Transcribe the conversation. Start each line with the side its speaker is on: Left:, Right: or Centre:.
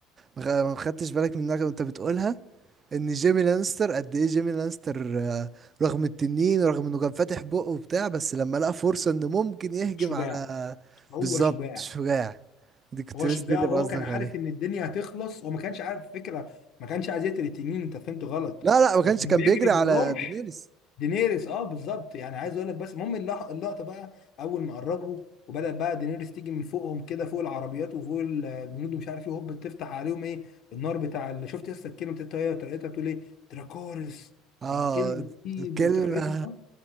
Right: ما خ- ما خدتش بالك منها وانت بتقولها ان جيمي لانستر قد ايه جيمي لانستر آه، رغم التنين رغم انه كان فاتح بقه وبتاع بس لما لقى فرصة انه ممكن يهجم
Left: شجاع
Right: على
Left: هو
Right: بالظبط
Left: شجاع
Right: شجاع دي كنت
Left: هو
Right: لسه
Left: شجاع
Right: دي اللي
Left: وهو
Right: بقصدك
Left: كان عارف
Right: عليها
Left: ان الدنيا هتخلص هو ما كانش عارف فكره ما كانش عايز يقتل التنين انت فهمت غلط
Right: لا لا ما كانش
Left: هو كان
Right: كان
Left: بيجري
Right: بيجري
Left: بالرعب
Right: على دينيريس
Left: دينيريس اه بالظبط يعني عايز اقول لك بس المهم اللح- اللقطه بقى اول ما قربوا وبدأ بقى دينيريس تيجي من فوقهم كده فوق العربيات وفوق الجنود ومش عارف ايه هوب تفتح عليهم ايه النار بتاع اللي شفت لسه الكلمه بتاعتها هي وطريقتها بتقول ايه دراكورس
Right: اه
Left: الكلمه دي
Right: الكلمة
Left: بطريقتها